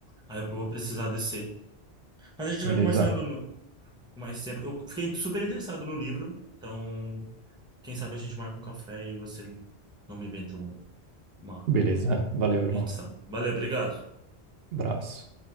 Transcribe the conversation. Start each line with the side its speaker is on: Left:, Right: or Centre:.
Centre: Aí eu vou precisar descer. Mas a gente
Right: Beleza.
Centre: vai conversando no- com mais tempo. Eu fiquei super interessado no livro. Então, quem sabe a gente marca um café e você não me vende um- uma
Right: Beleza, valeu, irmão.
Centre: edição. Valeu, obrigado.
Right: Abraço.